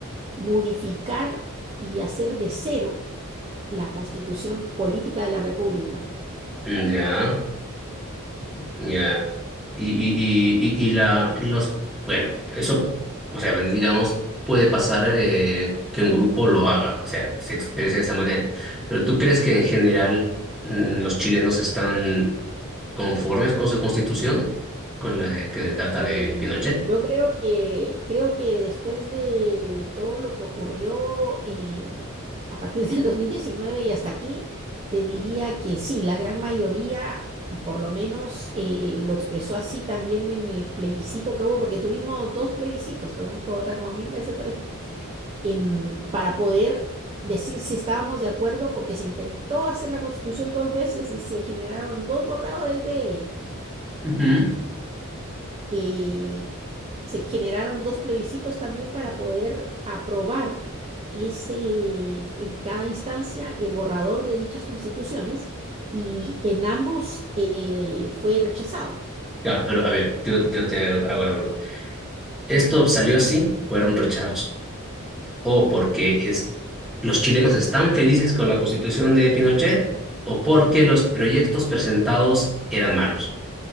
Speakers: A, on the right (about 25°); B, in the centre.
A: modificar y hacer de cero la constitución política de la República.
B: Ya. Ya. Y, y, y, y, y la, los, bueno, eso, o sea, digamos, puede pasar eh, que un grupo lo haga, o sea, se exprese de esa manera. Pero ¿tú crees que en general mm, los chilenos están conformes con su constitución, con la de- que data
A: Eh,
B: de Pinochet?
A: yo creo que, creo que después de todo lo que ocurrió em, a partir del <laughs> 2019 y hasta aquí, te diría que sí, la gran mayoría, y por lo menos eh, lo expresó así también en el plebiscito que hubo, porque tuvimos dos plebiscitos, tuvimos que votar como mil veces por esto, em, para poder decir si estábamos de acuerdo, porque se intentó hacer la constitución dos veces y se generaron dos borradores de ella
B: Ujú.
A: eh, se generaron dos plebiscitos también para poder aprobar ese, en cada instancia el borrador de dichas constituciones y en ambos eh, fue rechazado.
B: Claro, pero a ver, yo, yo te hago la pregunta. Esto
A: Sí.
B: salió así, fueron rechazados. o porque es, los chilenos están felices con la constitución de Pinochet, o porque los proyectos presentados eran malos,